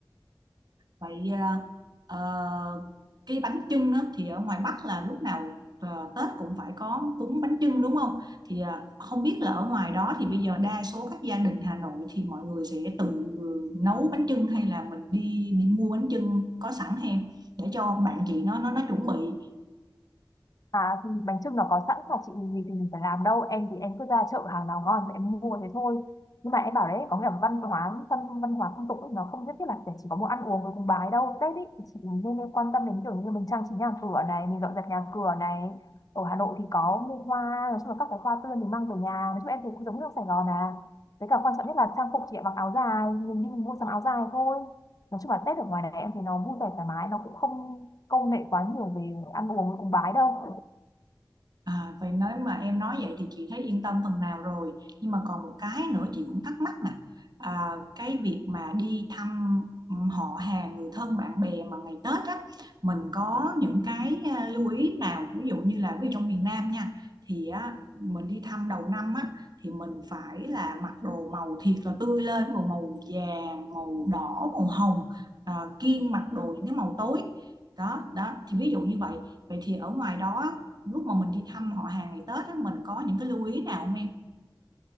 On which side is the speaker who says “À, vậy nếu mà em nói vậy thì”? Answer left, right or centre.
Right